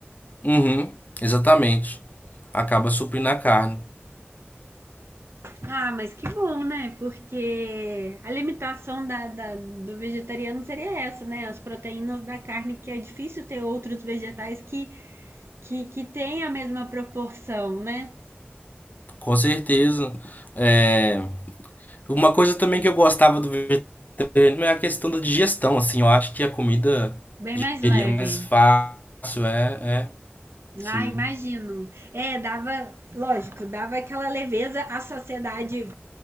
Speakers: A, on the left; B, on the right.
A: Uhum, exatamente. Acaba suprindo a carne.
B: Ah, mas que bom, né? Porque a limitação da, da- do vegetariano seria essa, né? As proteínas da carne, que é difícil ter outros vegetais que, que, que têm a mesma proporção, né?
A: Com certeza. É, Uma coisa também que eu gostava do vegetariano é a questão da digestão, assim. Eu acho que a comida
B: Bem
A: digeria
B: mais leve.
A: mais fácil. É, é, sim.
B: Ah, imagino. É, dava, lógico, dava aquela leveza à saciedade